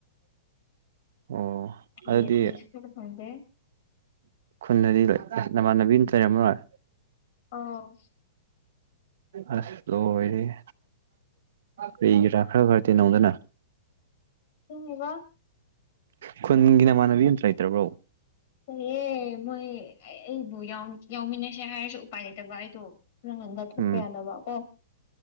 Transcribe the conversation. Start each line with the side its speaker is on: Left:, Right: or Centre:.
Right: ꯑꯣ ꯑꯗꯨꯗꯤ
Left: ꯑꯦ ꯍꯧꯖꯤꯁꯨ ꯌꯥꯎ ꯐꯪꯗꯦ
Right: ꯈꯨꯟꯗꯗꯤ ꯂꯣꯏ ꯅꯃꯥꯟꯅꯕꯤ ꯇꯥ ꯂꯩꯔꯝꯃꯔꯣꯏ
Left: ꯑꯣ
Right: ꯑꯁ ꯂꯣꯏꯔꯦꯍꯦ ꯀꯩꯒꯤꯔꯥ ꯈꯔ ꯈꯔ ꯇꯤꯅꯧꯗꯅ
Left: ꯗꯪꯗꯦꯗ
Right: ꯈꯨꯟꯒꯤ ꯅꯃꯥꯟꯅꯕꯤ ꯑꯝꯇ ꯂꯩꯇ꯭ꯔꯕꯣ
Left: ꯂꯩꯌꯦ ꯃꯣꯏ ꯑꯩꯕꯨ ꯌꯥꯎ ꯌꯥꯎꯃꯤꯟꯅꯁꯦ ꯍꯥꯏꯔꯁꯨ ꯎꯄꯥꯏ ꯂꯩꯇꯕ ꯑꯩꯗꯣ ꯅꯪꯅ ꯅꯠ ꯥꯊꯣꯛꯄ
Right: ꯎꯝ
Left: ꯌꯥꯗꯕ ꯀꯣ